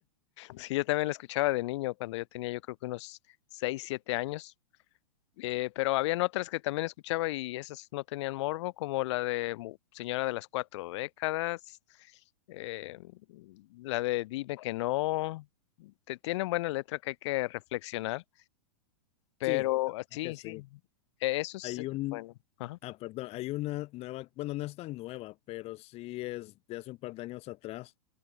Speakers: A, on the left; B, on the left.
A: Sí, yo también la escuchaba de niño, cuando yo tenía yo creo que unos 6 7 años. Eh, pero habían otras que también escuchaba y esas no tenían morbo, como la de Mu- Señora de las Cuatro Décadas, eh, la de Dime que no. Te, tienen buena letra que hay que reflexionar, pero
B: sí, la
A: ah,
B: verdad
A: sí,
B: que sí.
A: sí, eh, eso es
B: Hay
A: eso
B: un,
A: es bueno. Ajá.
B: Ah, perdón, hay una nueva, bueno, no es tan nueva, pero sí es de hace un par de años atrás,